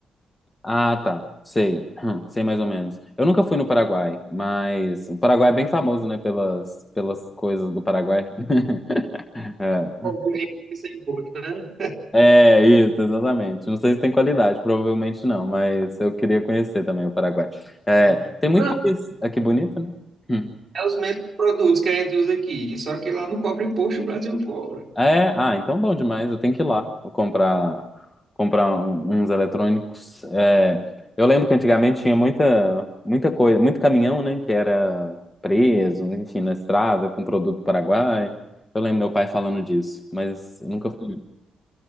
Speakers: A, on the left (about 15°); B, on the right (about 30°).
A: Ah, tá. Sei. Hum, Sei mais ou menos. Eu nunca fui no Paraguai, mas o Paraguai é bem famoso, né, pelas, pelas coisas do Paraguai. <laughs> É.
B: Cobre sem imposto, né?
A: É, isso, exatamente. Não sei se tem qualidade, provavelmente não, mas eu queria conhecer também o Paraguai. É, tem muito
B: Ah,
A: país aqui bonito, né? Hum.
B: É os mesmos produtos que a gente usa aqui, só que lá não cobra imposto, o Brasil cobra.
A: É, ah, então bom demais. Eu tenho que ir lá comprar comprar um- uns eletrônicos. É, eu lembro que antigamente tinha muita muita coisa, muito caminhão, né, que era preso, enfim, na estrada com produto paraguai. Eu lembro meu pai falando disso, mas eu nunca fui,